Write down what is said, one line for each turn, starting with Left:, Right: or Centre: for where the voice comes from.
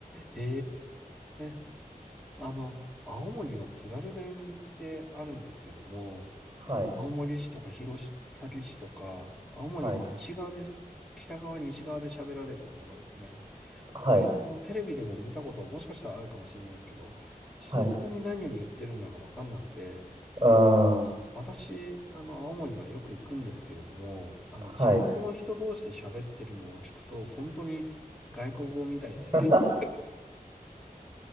Centre: ええ。あの、青森の津軽弁ってあるんですけども、
Right: はい、
Centre: あの、青森市とか弘前市とか、青森の西側で、
Right: はい、
Centre: 北側、西側で喋られる言葉ですね。これ、
Right: はい、
Centre: あの、テレビでも見たこと、もしかしたらあるかもしれないですけど、本当に何を言ってるんだかわかんなくて、
Right: はい。うーん。
Centre: 私、あの、青森はよく行くんですけれども、あの、
Right: はい。
Centre: 地元の人同士で喋ってるのを聞くと、本当に外国語みたいで、
Right: <laughs>
Centre: <laughs>